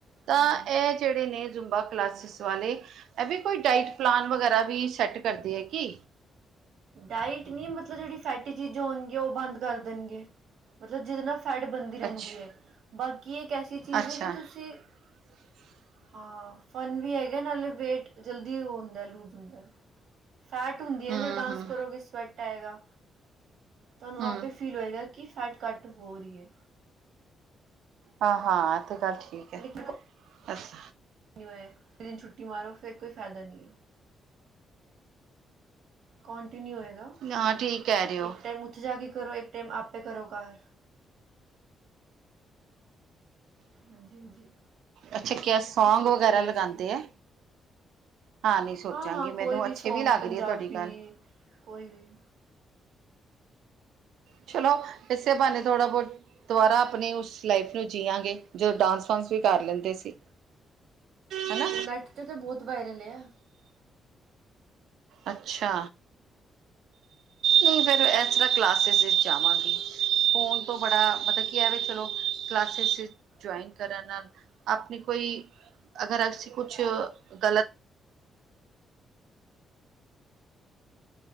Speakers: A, on the right; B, on the right.
A: ਤਾਂ
B: ਹਾਂਜੀ
A: ਐਹ ਜਿਹੜੇ ਨੇ ਜ਼ੁੰਬਾ ਕਲਾਸਿਸ ਵਾਲੇ ਐਹ ਵੀ ਕੋਈ ਡਾਇਟ ਪਲਾਨ ਵਗੈਰਾ ਵੀ ਸੈੱਟ ਕਰਦੇ ਐ ਕਿ
B: ਡਾਇਟ ਨੀ, ਮਤਲਬ ਜੇੜੀ ਫੈਟੀ ਚੀਜ਼ਾਂ ਹੋਣਗੀਆਂ, ਉਹ ਬੰਦ ਕਰ ਦੇਣਗੇ ਮਤਲਬ ਜਿਹਦੇ ਨਾਲ਼ ਫੈਟ ਬਣਦੀ ਰਹਿੰਦੀ
A: ਅੱਛਾ
B: ਏ, ਬਾਕੀ ਇੱਕ ਐਸੀ ਚੀਜ਼
A: ਅੱਛਾ
B: ਏ, ਕਿ ਤੁਸੀਂ
A: <inaudible>
B: ਹਾਂ, ਫਨ ਵੀ ਹੈਗਾ ਨਾਲੇ ਵੇਟ, ਜਲਦੀ ਉਹ ਹੁੰਦਾ ਲੂਜ਼ ਹੁੰਦਾ ਫੈਟ ਹੁੰਦੀ
A: ਹੂੰ
B: ਐ ਨਾ ਜਦੋਂ ਡਾਂਸ
A: ਹੂੰ
B: ਕਰੋਗੇ ਸਵੈਟ ਆਏਗਾ, ਤੁਹਾਨੂੰ
A: ਹੂੰ
B: ਆਪੇਸ ਫੀਲ ਹੋਏਗਾ, ਕਿ ਫੈਟ ਘੱਟ ਹੋ ਰਹੀ ਏ
A: ਹਾਂ- ਹਾਂ ਐਹ ਤੇ ਗੱਲ ਠੀਕ ਐ,
B: ਲੇਕਿਨ
A: ਅੱਛ
B: <unintelligible> ਇੱਕ ਦਿਨ ਛੁੱਟੀ ਮਾਰੋ ਫੇਰ ਕੋਈ ਫੈਦਾ ਨੀ ਏ। ਕੋਂਟੀਨਿਊ ਹੋਏਗਾ
A: ਹਾਂ ਠੀਕ ਕਹਿ ਰਹੇ ਹੋ
B: ਇੱਕ ਟੈਮ ਉੱਥੇ ਜਾ ਕੇ ਕਰੋ ਇੱਕ ਟੈਮ ਆਪੇ ਕਰੋ ਘਰ। ਹਾਂਜੀ ਹਾਂਜੀ
A: ਅੱਛਾ ਕਿਆ ਸੋਂਗ
B: ਤੁਸੀਂ ਸੋਚੋ
A: ਵਗੈਰਾ
B: ਇਹਦੇ
A: ਲਗਾਂਦੇ
B: ਵਾਸਤੇ
A: ਐ? ਹਾਂ ਨੀ ਸੋਚਾਂਗੀ,
B: ਹਾਂ-ਹਾਂ ਕੋਈ
A: ਮੈਨੂੰ ਅੱਛੇ
B: ਸੌਂਗ
A: ਵੀ ਲੱਗ
B: ਪੰਜਾਬੀ
A: ਰੀ ਐ ਤੁਆਡੀ ਗੱਲ।
B: ਕੋਈ ਵੀ
A: ਚਲੋ ਇਸੇ ਬਾਨੇ ਥੋੜ੍ਹਾ ਬੌਤ ਦੁਬਾਰਾ ਆਪਨੀ ਉਸ ਲਾਈਫ ਨੂੰ ਜੀਆਂਗੇ। ਜਓ ਡਾਂਸ -ਵਾਂਸ ਵੀ ਕਰ ਲੈਂਦੇ ਸੀ।
B: ਬਿਲਕੁਲ
A: ਹਨਾ
B: ਨੈੱਟ ਤੇ ਤਾ ਬੌਤ ਵਾਇਰਲ ਆ।
A: ਅੱਛਾ ਨਈ ਫਿਰ ਏਸ ਤਰ੍ਹਾਂ ਕਲਾਸਿਸ ਵਿੱਚ ਜਾਵਾਂਗੀ ਫ਼ੋਨ ਤੋਂ ਬੜਾ ਮਤਲ ਕੀ ਐ ਵੇ ਚਲੋ ਕਲਾਸਿਸ ਵਿੱਚ ਜੁਆਇਨ ਕਰਨ ਨਾਲ ਆਪਨੀ ਕੋਈ ਅਗਰ ਅਸੀ ਕੁੱਛ ਗਲਤ